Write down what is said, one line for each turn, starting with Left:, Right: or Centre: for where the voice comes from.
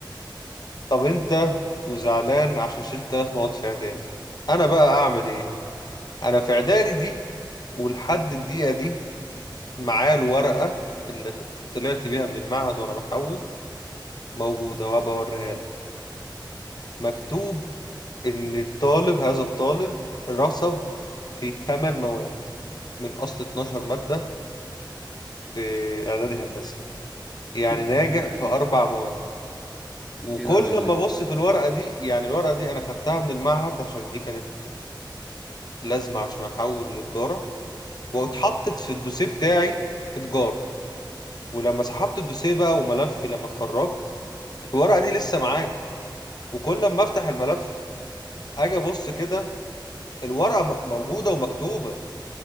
Left: طب انت وزعلان عشان شلت ثلاث مواد في اعدادي انا بقى اعمل ايه انا في اعدادي دي ولحد الدقيقة دي معاه الورقة اللي خدت- طلعت بيها من المعهد وأنا بحول موجودة وهبقى أوريها لك مكتوب إن الطالب هذا الطالب رسب في 8 مواد من أصل 12 مادة في إعدادي هندسة يعني
Centre: <laughs> كتير
Left: ناجح
Centre: أوي-
Left: في أربع مواد وكل
Centre: كتير قوي اللي
Left: ما
Centre: انت
Left: أبص في الورقة دي يعني الورقة دي أنا خدتها من المعهد عشان دي كانت لازمة عشان أحول لتجارة واتحطت في الدوسيه بتاعي في تجارة ولما سحبت الدوسيه بقى وملفي لما اتخرجت الورقة دي لسه معايا وكل ما افتح الملف اجي ابص كده الورقة م- موجودة ومكتوبة